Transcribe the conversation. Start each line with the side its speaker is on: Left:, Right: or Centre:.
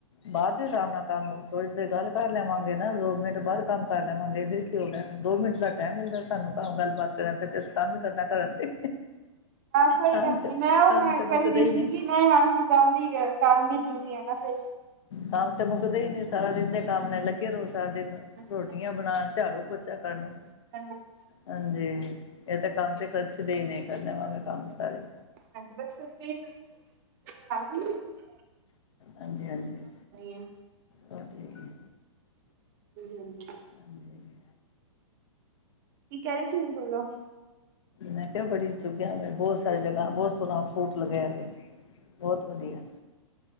Left: ਬਾਅਦ ਹੀ ਸ਼ਾਮ ਨਾਲ ਕੰਮ ਥੋੜੀ ਦੇਰ ਗੱਲ ਕਰ ਲੇਵਾਂਗੇ ਨਾ ਦੋ ਮਿੰਟ ਬਾਅਦ ਕੰਮ ਕਰ ਲਵਾਂਗੇ ਫਿਰ ਕੀ ਤੇ ਹੁਣ ਏ ਦੋ ਮਿੰਟ ਦਾ ਟਾਈਮ ਮਿਲਦਾ ਸਾਨੂੰ ਗੱਲਬਾਤ ਕਰਨ ਤੇ ਫਿਰ ਅਸੀਂ ਕੰਮ ਵੀ ਕਰਨਾ ਘਰਾ ਦੇ
Right: ਆਹ ਕੋਈ
Left: ਕੰਮ
Right: ਗੱਲ
Left: ਤੇ
Right: ਨੀ ਮੈਂ ਉਹ
Left: ਕੰਮ
Right: ਮੈਂਟਲ
Left: ਤੇ ਮੁੱਕਦੇ ਹੀ ਨਹੀਂ
Right: ਸੀਗੀ ਨਈ ਯਾਰ ਹੁਣ ਕੰਮ ਵੀ ਹੈਗਾ ਕੰਮ ਵੀ ਜ਼ਰੂਰੀ ਐ ਨਾ ਫੇਰ।
Left: ਕੰਮ ਤੇ ਮੁੱਕਦੇ ਈ ਨੀ ਸਾਰਾ ਦਿਨ ਦੇ ਕੰਮ ਨੇ ਲੱਗੇ ਰੋ ਸਾਰਾ ਦਿਨ।
Right: ਹਾਂਜੀ
Left: ਰੋਟੀਆਂ
Right: ਮੈਂ
Left: ਬਣਾਨ, ਝਾੜੂ ਪੋਚਾ ਕਰਨੋ।
Right: <inaudible>
Left: ਹਾਂਜੀ ਏ ਤੇ ਕੰਮ
Right: ਹਾਂਜੀ
Left: ਤੇ ਕਥਦੇ ਹੀ ਨੇ ਕਰ ਲਵਾਂਗੇ ਕੰਮ ਸਾਰੇ।
Right: <inaudible> ਹੰਜੀ ਬਸ ਫੇਰ ਫ੍ਰੀ ਟਾਈਮ ਹੋਗਿ <inaudible> ਖਾਣਾ ਨੀ
Left: ਹਾਂਜੀ ਹਾਂਜੀ
Right: <unintelligible> ਹਾਂਜੀ
Left: ਉਹ ਤੇ ਹੈ ਹੀ
Right: ਹਾਂਜੀ
Left: ਹਾਂਜੀ
Right: ਕੀ ਕੈ ਰੇ ਸੀ ਹੁਣ ਬੋਲੋ?
Left: ਮੈਂ ਕਿਆ ਬੜੀ ਚੁੱਗਿਆ ਮੈਂ ਬੌਤ ਸਾਰੀ ਜਗ੍ਹਾ ਬੌਤ ਸੋਣਾ ਫਰੂਟ ਲਗਿਆ ਵੇ। ਬੌਤ ਵਧੀਆ।